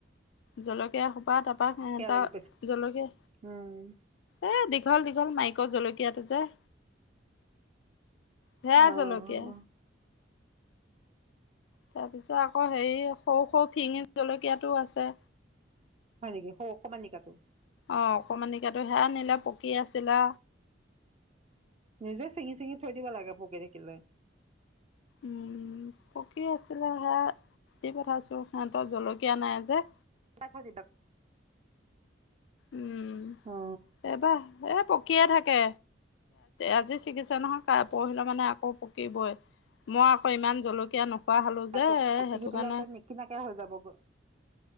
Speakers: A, on the left (about 70°); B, on the right (about 35°).
A: জলকীয়া হ তপা তপা সেহঁতৰ
B: কিয় লাগি গৈছে
A: জলকীয়া
B: উম।
A: এ দীঘল দীঘল মাইকৰ জলকীয়াটো যে হেয়া
B: অ
A: জলকীয়া।
B: অ
A: তাৰপিছত আকৌ হেৰি সৰু সৰু ফিঙি জলকীয়াটোও আছে।
B: হয় নেকি ‌? সৰু অকমানিকা টো?
A: অ অকমানিকটো সেয়া নিলে পকী আছিলে।
B: নিজে চিঙি চিঙি থৈ দিব লাগে পকি থাকিলে।
A: উম' পকি আছিলে হেয়া দি পঠাইছোঁ, সিহঁতৰ জলকীয়া নাই যে।
B: <unintelligible>
A: উম'
B: অ
A: এইবাৰ এই পকিয়ে থাকে। আজি চিঙিছ নহয় পৰহিলে মানে আকৌ পকিবই, মই আকৌ ইমান জলকীয়া নোখোৱা
B: <unintelligible>
A: হ'লো যে সেইটো
B: পেলাই
A: কাৰণে
B: তই নিকিনাকে হৈ যাবগৈ।